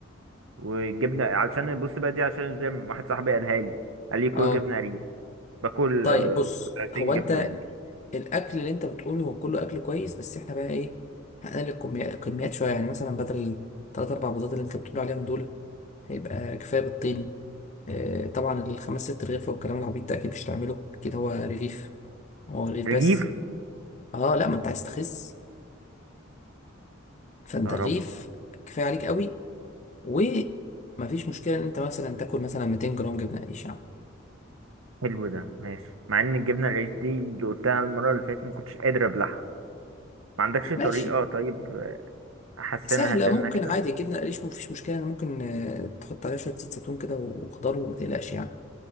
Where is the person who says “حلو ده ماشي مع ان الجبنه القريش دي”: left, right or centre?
Right